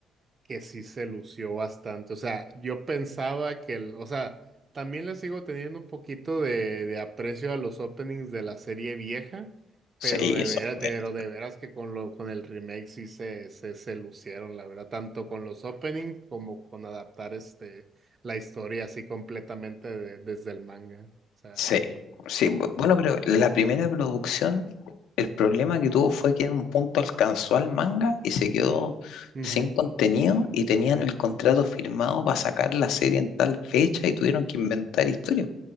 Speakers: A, on the right; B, on the left.
A: que sí se lució bastante. O sea, yo pensaba que el, o sea, también le sigo teniendo un poquito de, de aprecio a los openings de la serie vieja, pero
B: Sí,
A: de veras,
B: son buenos.
A: de, pero de veras que con lo, con el remake sí se, se, se lucieron, la verdad, tanto con los openings como con adaptar este la historia así completamente de- desde el manga. O sea,
B: Sí, sí,
A: como-
B: bu- bueno, pero la primera producción, el problema que tuvo fue que en un punto alcanzó al manga y se quedó
A: Ujú,
B: sin contenido y tenían el contrato firmado para sacar la serie en tal fecha y tuvieron que inventar historias.